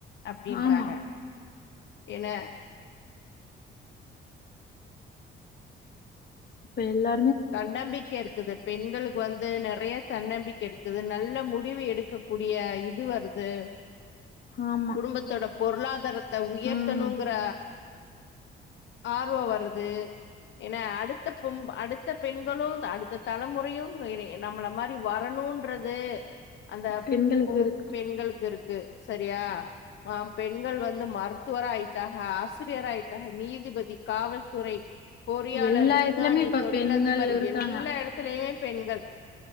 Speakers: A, on the left (about 65°); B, on the left (about 50°).
A: அப்பிடின்றாங்க
B: ஆமா
A: என்ன
B: இப்ப எல்லா
A: தன்னம்பிக்கை இருக்குது பெண்களுக்கு வந்து நெற நெறைய தன்னம்பிக்க இருக்குது நல்ல முடிவு எடுக்கக் கூடிய இது வருது
B: ஆமா
A: குடும்பத்தோட பொருளாதாரத்த உயர்த்தணுங்கிற
B: ம்
A: ஆர்வம் வருது ஏன்னா அடுத்த பொம் அடுத்த பெண்களும் அடுத்த தலைமுறையும் எனய நம்மள மாரி வரணும்ன்றது அந்த
B: பெண்களுக்கு
A: பொ
B: இருக்கு
A: பெண்களுக்கு இருக் கு சரியா அ பெண்கள் வந்து மருத்துவராயிட்டாக ஆசிரியர் ஆயிட்டாக நீதிபதி காவல்துறை பொறியாளர்
B: எல்லா
A: விஞ்ஞானி
B: இதுலயுமே இப்ப
A: தொழிலதிபர்
B: பெண்கள் இருக்காங்க
A: எல்லா இடத்துலயே பெண்கள்